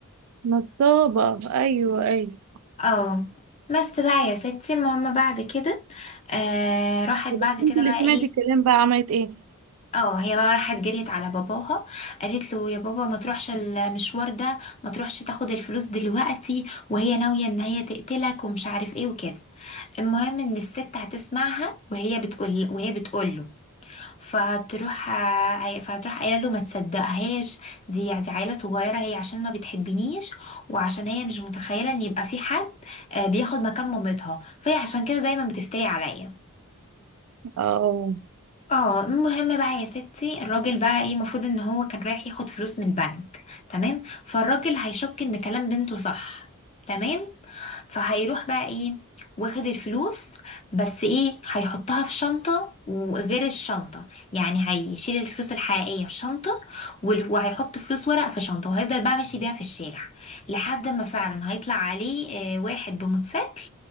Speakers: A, on the right; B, on the left.
A: نصابة ايوه ايوه
B: اه بس بقى يا ستي المهم بعد كده آه راحت
A: وده
B: بعد
A: البنت
B: كده
A: اللي
B: بقى
A: سمعت
B: ايه
A: الكلام بقى عملت ايه
B: اه هي بقى راحت جريت على باباها قالت له يا بابا ما تروحش المشوار ده ما تروحش تاخد الفلوس دلوقتي وهي ناوية ان هي تقتلك ومش عارف ايه وكده المهم ان الست هتسمعها وهي بتقول وهي بتقول له فهتروح عي- فهتروح قايله له ما تصدقهاش دي يعني دي عيله صغيره هي عشان ما بتحبنيش وعشان هي مش متخيله ان يبقى في حد آه، بياخد مكان مامتها فهي عشان كده دايما بتفتري عليا
A: اه
B: اه المهم بقى يا ستي الراجل بقى ايه المفروض ان هو كان رايح ياخد فلوس من البنك تمام فالراجل هيشك ان كلام بنته صح تمام فهيروح بقى ايه واخد الفلوس بس ايه هيحطها في شنطة وغير الشنطة يعني هيشيل الفلوس الحقيقية في شنطة وال- وهيحط فلوس ورق في شنطة وهيفضل بقى ماشي بيها في الشارع لحد ما فعلا هيطلع عليه آه، واحد بموتوسيكل